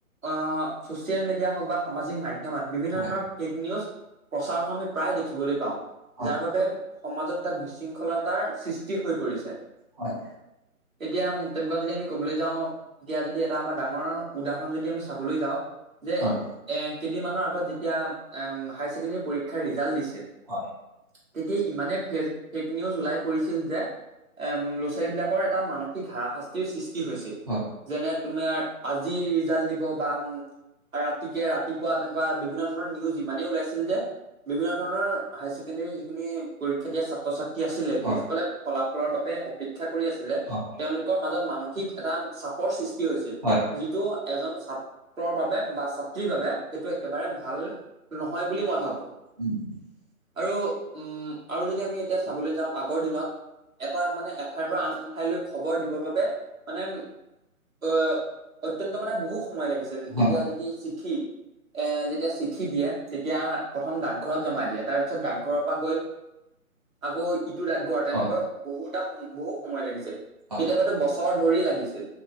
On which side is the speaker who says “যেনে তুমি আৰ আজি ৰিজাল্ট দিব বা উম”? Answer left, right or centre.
Right